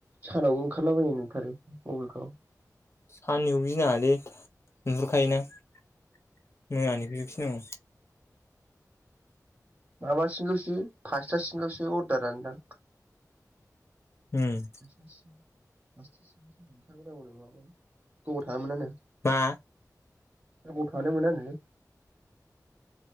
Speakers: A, on the right; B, on the left.
A: सानावबो ओंखारलाबायो मोनथारो मबाइलथ <unintelligible>
B: साननिखौ गिनाङालै नुहुरखायोना मोनानिखौसो <unintelligible> गिनांगौ
A: माबासिमल'सो फासथासिमल'सो अर्दारानोदां
B: उम
A: फासथा सिम ओंखारबांगौ नङामोन गोबाव थानोमोनानो <unintelligible>
B: मा
A: गोबाव थानो मोनानो लै